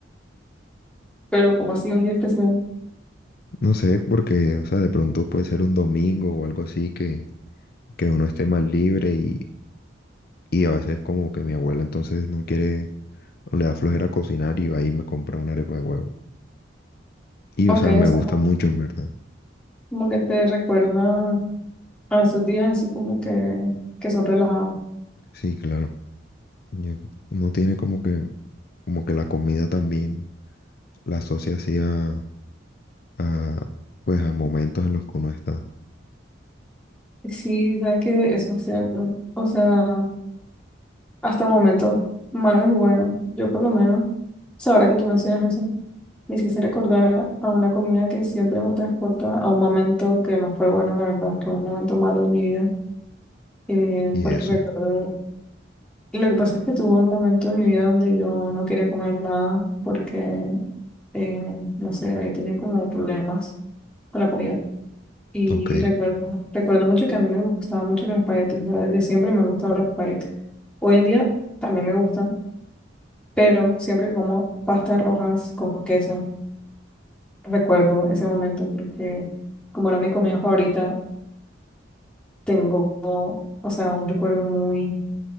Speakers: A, in the centre; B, on the left.
A: Pero como ha sido un día especial.
B: No sé, porque, o sea, de pronto puede ser un domingo o algo así que, que uno esté más libre y, y a veces como que mi abuela entonces no quiere o le da flojera cocinar y va y me compra una arepa de huevo. Y,
A: Ok,
B: o sea, me
A: o sea,
B: gusta mucho, en verdad.
A: Como que te recuerda a esos días así como que, que son relajados.
B: Sí, claro. Ya Uno tiene como que, como que la comida también la asocia así a, a, pues a momentos en los que uno está.
A: Sí, sabes que eso es cierto. O sea, hasta momentos malos y buenos. Yo por lo menos, o sea, ahora que tú mencionas eso, me quise recordar a una comida que siempre me transporta a un momento que no fue bueno, la verdad, fue un momento malo en mi vida. Eh,
B: Y
A: porque
B: eso,
A: recuerdo, lo que pasa es que tuve un momento en mi vida donde yo no quería comer nada porque, eh, no sé, había tenido como problemas con la comida. Y
B: ok,
A: recuerdo, recuerdo mucho que a mí me gustaban mucho los espaguetis, o sea, desde siempre me han gustado los espaguetis. Hoy en día también me gustan, pero siempre como pastas rojas con queso. Recuerdo ese momento porque como era mi comida favorita, tengo, o sea, un recuerdo muy,